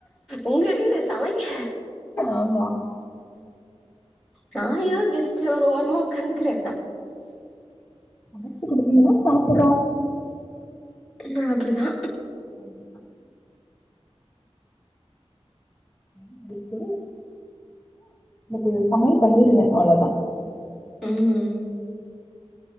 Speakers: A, in the centre; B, on the left.
A: ஒங்க வீடு சமைங்க
B: ஆமா
A: நா யாரு கெஸ்ட்டு ஒரு ஓரமா உக்காந்துகிறே
B: சமச்சு குடுப்பீங்கன்னா சாப்புற்றோ
A: நா அப்டிதா
B: <unintelligible> <unintelligible> இன்னக்கி இது சமையல் பண்ணீருங்க அவ்ளோதா
A: ம்